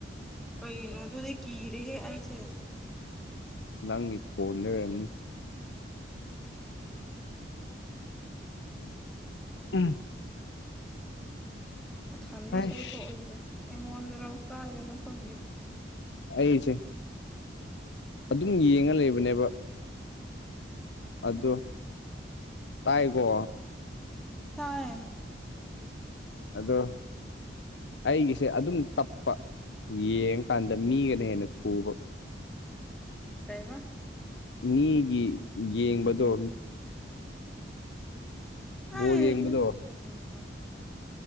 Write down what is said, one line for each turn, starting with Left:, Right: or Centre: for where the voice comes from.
Centre: ꯀꯩꯩꯅꯣ ꯑꯗꯨꯗꯤ ꯀꯤꯔꯦꯍꯦ ꯑꯩꯁꯦ
Left: ꯅꯪꯒꯤ ꯐꯣꯟꯗꯩ ꯑꯣꯏꯔꯝꯅꯤ ꯎꯝ
Centre: ꯃꯊꯟꯗ
Left: ꯑꯩꯁ
Centre: ꯏꯁꯩ ꯊꯣꯛꯏꯖꯦ ꯑꯩꯉꯣꯟꯗꯔꯣ ꯀꯥꯏꯗꯅꯣ ꯈꯪꯗꯦ
Left: ꯑꯩꯁꯦ ꯑꯗꯨꯝ ꯌꯦꯡꯉ ꯂꯩꯕꯅꯦꯕ ꯑꯗꯨ ꯇꯥꯏꯀꯣ
Centre: ꯇꯥꯏꯌꯦ
Left: ꯑꯗꯣ ꯑꯩꯒꯤꯁꯦ ꯑꯗꯨꯝ ꯇꯞꯄ ꯌꯦꯡꯉꯀꯥꯟꯗ ꯃꯤꯒꯅ ꯍꯦꯟꯅ ꯊꯨꯕ
Centre: ꯀꯩꯕ
Left: ꯃꯤꯒꯤ ꯌꯦꯡꯕꯗꯣ
Centre: ꯍꯩꯍꯥ
Left: ꯕꯣꯜ ꯌꯦꯡꯕꯗꯣ
Centre: ꯀꯩꯅꯣ